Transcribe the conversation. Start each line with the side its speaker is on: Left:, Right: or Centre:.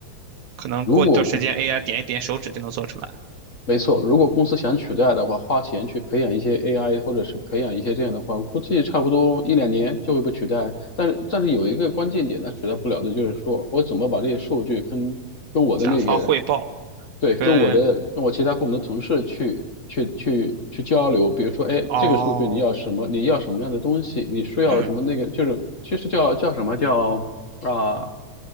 Right: 可能过段时间
Left: 如果
Right: AI 点一点手指就能做出来。
Left: 没错，如果公司想取代的话，花钱去培养一些 AI，或者是培养一些这样的话，估计差不多一两年就会被取代。但是，但是有一个关键点，它取代不了的就是说，我怎么把这些数据跟跟我的那个，
Right: 甲方汇报
Left: 对，跟我的跟我其他部门的同事去去去去交流。
Right: 跟
Left: 比如说，哎，
Right: 哦，
Left: 这个数据你要什么？你要什么样的东西？你需要什么那个？
Right: 嗯，
Left: 就是就是叫叫什么叫啊